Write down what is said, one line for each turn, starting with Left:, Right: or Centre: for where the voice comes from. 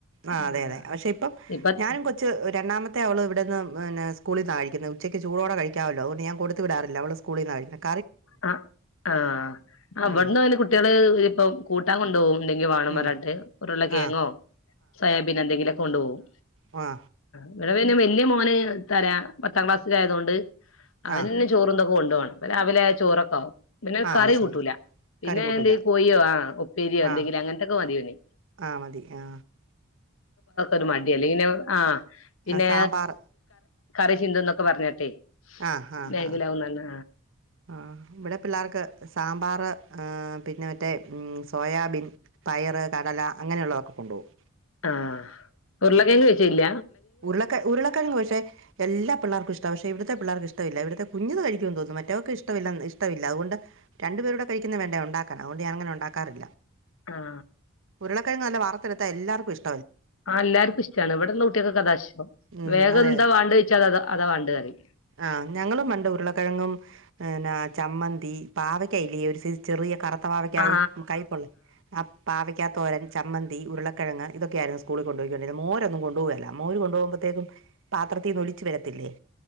Right: ആ
Left: ആഹ്
Right: അതെ അതെ പക്ഷെ ഇപ്പം
Left: ഇപ്പ
Right: ഞാനും കൊച്ച് രണ്ടാമത്തെ ആള് ഇവിടെന്ന് പിന്ന സ്കൂളിന്ന് ആ കഴിക്കുന്നത് ഉച്ചക്ക് ചൂടോടെ കഴാമല്ലോ അതുകൊണ്ട് ഞാൻ കൊടുത്ത് വിടാറില്ല അവള് സ്കൂളിന്ന കഴിക്കുന്നെ
Left: ആ ആ അവിടുന്ന്
Right: ഉം
Left: അങ്ങനെ കുട്ടികള് ഇപ്പ കൂട്ടാൻ കൊണ്ടുപോകും എന്തെങ്കും വേണ
Right: ഉം
Left: വരാട്ട് ഉരുള്ള കിയങ്ങോ
Right: ആ
Left: സോയാബീൻ എന്തെങ്കിലും ഒക്കെ കൊണ്ടു പോകും
Right: വഹ
Left: ഇവിടെ പിന്നെ വലിയ മോന് തരാ പത്താം ക്ലാസ്സിലയത കൊണ്ട് അവന
Right: ആ
Left: തന്നെ ചോറുംന്തൊക്കെ ഉണ്ട് അവിലെ ചോറൊക്കാവും പിന്നെ
Right: ആ
Left: കറി
Right: അത് ശരി
Left: കൂട്ടൂല പിന്നെ
Right: കറി കൂട്ടൂല
Left: എന്ത് പോയോ ആ ഉപ്പേരിയോ എന്തെങ്കിലും
Right: ആ
Left: അങ്ങനത്തൊക്കെ മതിയോന്നെ
Right: ആ മതി ആ... !
Left: ഒരു മടിയ അല്ലെ ഇങ്ങെ ആ പിന്നെ
Right: ആ, സാമ്പാർ
Left: കറി ചീന്തന്നൊക്കെ പറഞ്ഞട്ടെ
Right: ആ ആ
Left: ബേകിലാവന്നന്ന
Right: ആ ആ ഇവിടെ പിള്ളേർക്ക് സാമ്പാർ പിന്നെ മറ്റേ സോയാബീൻ പയറ് കടല അങ്ങനെയുള്ളതൊക്കെ കൊണ്ടുപോകും
Left: ആഹ ഉരുളക്കെങ് വെച്ചല്ല
Right: ഉരുള ഉരുളക്കാരങ് പക്ഷെ എല്ലാ പിള്ളേർക്കും ഇഷ്ടമാണ് പക്ഷെ ഇവിടുത്തെ പിള്ളേർക്ക് ഇഷ്ടില്ല ഇവിടുത്തെ കുഞ്ഞത് കഴിക്കുമെന്ന് തോന്നും മറ്റവർക്ക് ഇഷ്ടമില്ല ഇഷ്ടമില്ല അതുകൊണ്ട് രണ്ടുപേരുടെ കഴിക്കുന്ന വേണ്ട ഉണ്ടാക്കും അതുകണ്ട് ഞൻങ്ങെ ഉണ്ടാക്കാറില്ല
Left: ആ
Right: ഉരുളക്കഴ നല്ല വാർത്തെ എടുത്താ എല്ലർക്കും ഇഷ്ടം
Left: ആ എല്ലാർക്കും ഇഷ്ടമാണ് ഇവിടെുന്ന കുട്ടികൾക്കെ അതാ ഇഷ്ട്ടം
Right: ഉം.
Left: വേഗം
Right: അതെ
Left: എന്താ
Right: അതെ
Left: വേണ്ടെന്ന് ചോദിച്ചാൽ അ അതാ വണ്ടേ പറയു
Right: ആ ഞങ്ങളും പണ്ട് ഉരുളക്കിഴങ്ങും ന്നെ ചമ്മന്തി പാവക്കല ഒരു ചെറിയ കറ പാവക്ക
Left: ആ
Right: കൈപ്പൊള്ള ആ പാവ പിക്കാത്തോരൻ ചമ്മന്തി ഉരുളക്കഴങ് ഇതൊക്കെയായിരുന്നു സ്കളിൽ കൊണ്ടുപോയി കൊണ്ടിരുന്നേ മോരുന്നും കൊണ്ടപ പോകല്ല മോര് കൊണ്ടുപകുമ്പോഴത്തേക്കും പാത്രത്തിൽ നിന്ന് ഒലിച്ചച്ച് വരത്തില്ലേ